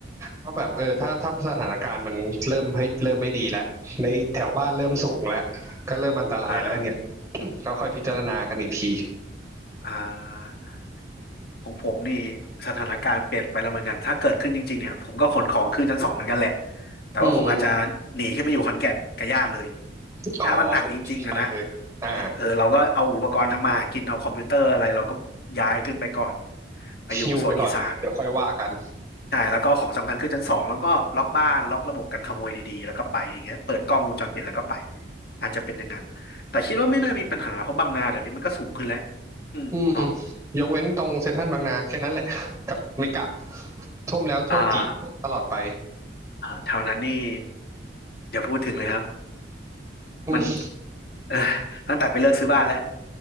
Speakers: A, on the right (about 15°); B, on the left (about 55°).
A: ว่าแบบเออถ้าถ้าสถานการณ์มันเริ่มเ้เริ่มไม่ดีแล้วในแถวบ้านเริ่มสูงแล้วก็เริ่มอันตรายแล้วเนี่ย
B: อ๋ออ่าฮะ
A: ก็ค่อยพิจารณากันอีกที
B: อ่า ของผมนี่สถานการณ์เปลี่ยนไปแล้วเหมือนกันถ้าเกิดขึ้นจริงๆเนี่ยผมก็ขนของขึ้นชั้นสองเหมือนกันแหละแต่ว่าผมอาจจะหนีขึ้นไปอยู่ขอนแก่นกับญาติเลย
A: อืมขอ
B: ถ้ามันหนักจริงๆอะนะ
A: ไปเลยอ่า
B: เออเออเราก็เอาอุปกรณ์ทำมาหากินเอาคอมพิวเตอร์อะไรเราก็ย้ายขึ้นไปก่อนไปอยู่โซนอีสาน
A: ฮิวไปก่อนเลยเดี๋ยวค่อยว่ากัน
B: ใช่แล้วก็ของสำคัญขึ้นชั้นสองแล้วก็ล็อกบ้านล็อกระบบกันขโมยดีๆแล้วก็ไปอย่างเงี้ยเปิดกล้องวงจรปิดแล้วก็ไปอาจจะเป็นอย่างนั้นแต่คิดว่าไม่น่ามีปัญหาเพราะบางนาเดี๋ยวนี้มันก็สูงขึ้นแล้วอืมเนาะ
A: อืมยกเว้นตรงเซ็นทรัลบางนาแค่นั้นแหละกับเมกะท่วมแล้วท่วมอีกตลอดไป
B: อ่า อ่าแถวนั้นนี่อย่าพูดถึงเลยครับ
A: อืม
B: มันเออตั้งแต่ไปเลิกซื้อบ้านแล้ว